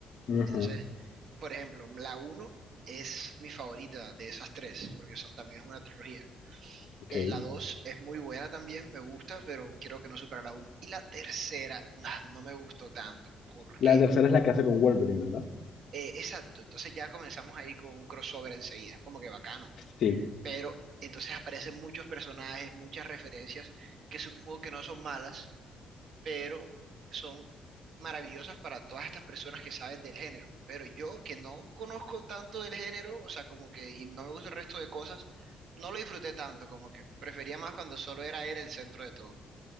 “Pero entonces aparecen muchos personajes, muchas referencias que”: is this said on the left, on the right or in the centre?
Right